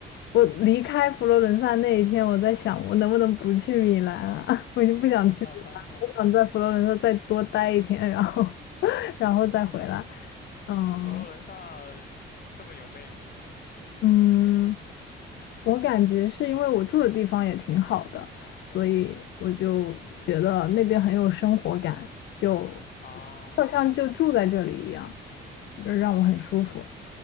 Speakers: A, on the left; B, on the left.
A: 我离开佛罗伦萨那一天，我在想我能不能不去米兰啊？<laughs> 我已经不想去米兰了，
B: <laughs> 哈哈哈哈，
A: 我想在佛罗伦萨再多待一天，然后 <laughs> 然后再回来。嗯，
B: 佛罗伦萨这么有魅力吗？
A: 嗯，我感觉是因为我住的地方也挺好的，所以我就觉得那边很有生活感，就
B: 啊，
A: 好像就住在这里一样，让我很舒服。